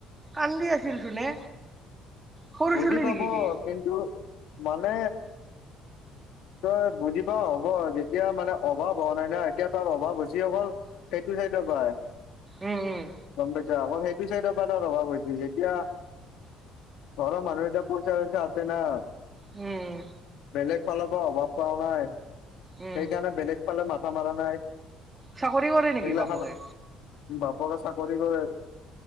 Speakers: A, on the right; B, on the left.
A: কান্দি আছিল চোন এ সৰু
B: বুজি
A: ছোৱালী
B: পাব
A: নেকি?
B: কিন্তু মানে তই বুজি পাও হ'ব যেতিয়া মানে অভাৱ হোৱা নাই না এতিয়া তাৰ অভাৱ হৈছে। যিসকল সেইটো চাইডৰ পায়
A: উম উম
B: গম প দিয়া অকল সেইটো চাইডৰ পা এটা ৰভা বহিছিল যেতিয়া ঘৰৰ মানুহ এতিয়া পইচা চইচা আছে না।
A: উম,
B: বেলেগ পালৰ পৰা অভাৱ পাৱা নাই
A: উম
B: সেইকাৰণে বেলেগ পালে মাথা মাৰা নাই।
A: চাকৰি কৰে
B: সেইগিলাখন
A: নেকি বাপকে?
B: বাপকে চাকৰি কৰে।